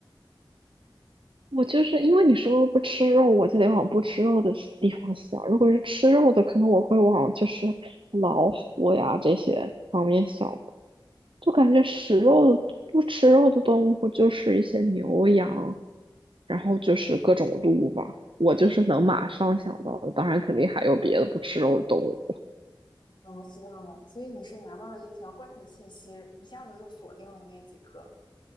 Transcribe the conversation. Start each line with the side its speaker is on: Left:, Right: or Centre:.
Right: 我就是因为你说了不吃肉，我就得往不吃肉的西地方想。如果是吃肉的，可能我会往就是老虎呀这些方面想。就感觉食肉的不吃肉的动物就是一些牛羊，然后就是各种鹿吧。我就是能马上想到的，当然肯定还有别的不吃肉的动物。
Left: 嗯，我知道了，所以你是拿到了一条关键的信息，一下子就锁定了那几个